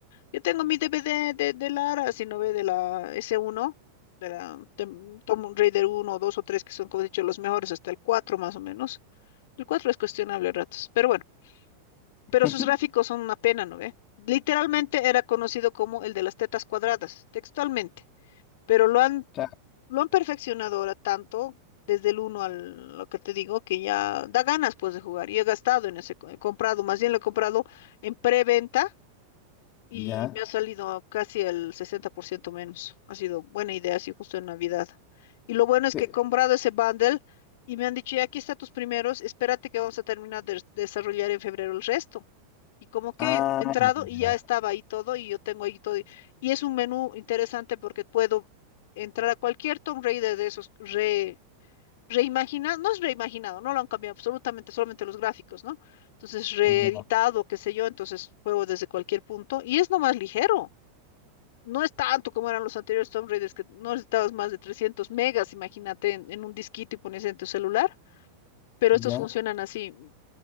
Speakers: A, on the left; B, on the left.
A: Yo tengo mi DVD de, de Lara, si no ve de la S1, de la de mm, Tomb Raider uno 2 o 3 que son, como he dicho, los mejores, hasta el 4 más o menos. El 4 es cuestionable a ratos, pero bueno, pero
B: <laughs>
A: sus gráficos son una pena, ¿no ve? Literalmente era conocido como el de las tetas cuadradas, textualmente, pero lo han,
B: Claro,
A: lo han perfeccionado ahora tanto, desde el uno al lo que te digo, que ya da ganas pues de jugar. Y he gastado en ese, co- he comprado, más bien lo he comprado en preventa y
B: ya.
A: me ha salido casi el 60% menos. Ha sido buena idea, sí, justo en Navidad. Y lo bueno es
B: Pe-
A: que he comprado ese bundle y me han dicho, ya aquí están tus primeros, espérate que vamos a terminar de desarrollar en febrero el resto. Y como que
B: ah,
A: he entrado
B: ya,
A: y
B: ya,
A: ya estaba ahí todo y yo tengo ahí todo. Y y es un menú interesante porque puedo entrar a cualquier Tomb Raider de esos re reimaginado, no es reimaginado, no lo han cambiado absolutamente, solamente los gráficos, ¿no? Entonces, reeditado,
B: ya,
A: qué sé yo, entonces juego desde cualquier punto y es nomás ligero. No es tanto como eran los anteriores Tomb Raiders, que no necesitabas más de 300 megas, imagínate, en, en un disquito y ponías en tu celular, pero
B: ya.
A: estos funcionan así